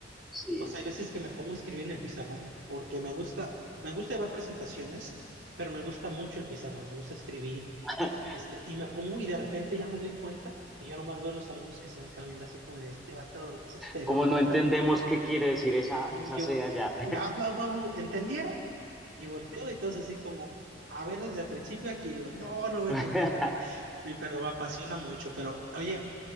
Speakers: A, in the centre; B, on the right (about 80°).
A: sí.
B: pues hay veces que me pongo a escribir en el pizarrón porque me gusta, me gusta llevar presentaciones, pero me gusta mucho el pizarrón, me gusta escribir.
A: <laughs>
B: Este, y me pongo y de repente ya me doy cuenta y yo nomás veo a los alumnos que se ven caminando así como de este vato no se esperó,
A: como no
B: no
A: entendemos
B: preguntó.
A: qué quiere decir esa,
B: Y
A: esa
B: yo,
A: C
B: eh,
A: allá,
B: hago, hago, hago, ¿entendieron? Y volteo y todos así como, a ver desde el principio aquí digo, no, no me
A: <laughs>
B: entendieron. Y, pero me apasiona mucho. Pero oye,